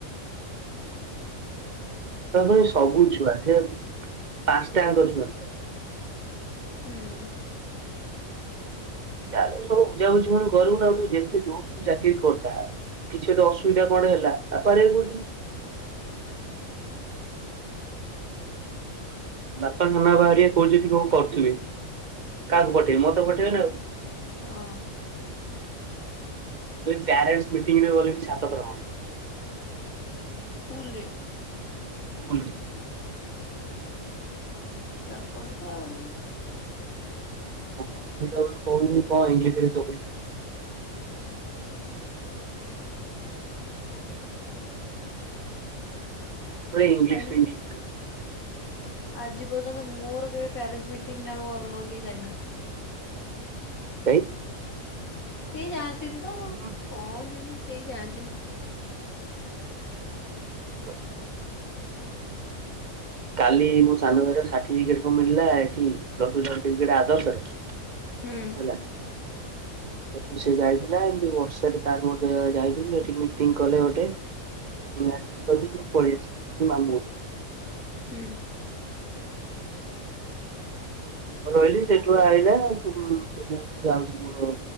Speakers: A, on the right; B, on the left.
A: ତା ପୁଣି ସବୁ ଛୁଆ, ସେ ପାଞ୍ଚଟା ଆଙ୍କ ଛୁଆ।
B: ହୁଁ!
A: ଚାଲେ ସବୁ ବୁଝାବୁଝି ପୁଣିକରିବୁ ନା ତୁ ଯେତେ ଯୋଉଠି ତୁ ଚାକିରି କରିଥା। କିଛି ତ ଅସୁବିଧା କଣ ହେଲା ତାପରେ। <unintelligible> ବାପାନା ବାହାରିଆ କହୁଛନ୍ତିଦି କଣ କରୁଥିବେ କାହାକୁ ପଠେଇବେ ମତେ ପଠେଇବେନ ଆଉ।
B: ହଁ।
A: ପ୍ୟାରେଣ୍ଟସ ମିଟଟିଙ୍ଗରେ ଗଲେବି। <unintelligible>
B: ସ୍କୁୁଲରେ
A: <unintelligible>
B: ଯିବାକୁ ପଡିବ ଆଉ।
A: ହଁ ମୁମ ତବେଳେ କହୁନି କଣ ଇଂଲିଶ ରେ ସବୁ ଏରା। ଇଂଲିଶ
B: ଆଜି
A: ଟୁ <unintelligible>
B: ଆଜି ପର୍ଯ୍ୟନ୍ତ ମୋର କେବେ ପ୍ୟାରେଣ୍ଟସ୍ ମିଟିଂ ନା ଆମ ଘର ଲୋକ କେହି ଯାଇନନ୍ତି।
A: କାଇଁ?
B: କେଇ ଜାଣନ୍ତିନି ତ। ଆଉ
A: ହଁ।
B: କଣ ଯିବେ କେହି ଯାଆନ୍ତିନି।
A: ହ। କାଲି ମୋ ସାନ ଭରେ ଠଟିଫିକେଟ କଣ ମିଳିଲା ଏଠି ପ୍ଲୁସ ଟୁ ସାଟିଫିକେଟ ଆଦର୍ଶରେ।
B: ହୁଁ
A: <inaudible> ସେଠୁ ସେ ଯାଇଥିଲା ଏମିତି ବର୍ଷାରେ ତାର ମଧ୍ୟ ଯାଇଥିଲୁ ଏଠି ମିଟିଂ କଲେ ଗୋଟେ। <unintelligible> ପଳେଇଆସିଲି ଏଠିକି ମାମୁ।
B: ହୁଁ
A: ରହିଲି ସେଇଠୁ ଆଇଲା କହିବା ଯାଉଛି ମୋର।